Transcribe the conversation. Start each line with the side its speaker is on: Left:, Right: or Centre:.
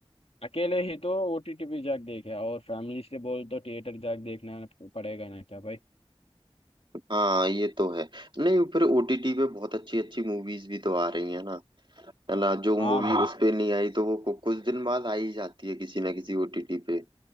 Left: अकेले ही तो ओटीटी पे जाके देखे और फैमिली से बोल तो थिएटर जाके देखना पड़ेगा ना क्या भाई
Right: हाँ ये तो है नहीं फिर ओटीटी पे बहुत अच्छी अच्छी मूवीज भी तो आ रही है ना है ना जो मूवी
Left: हाँ भाई
Right: उस पे नहीं आई तो वो कु- कुछ दिन बाद आ ही जाती है किसी ना किसी ओटीटी पे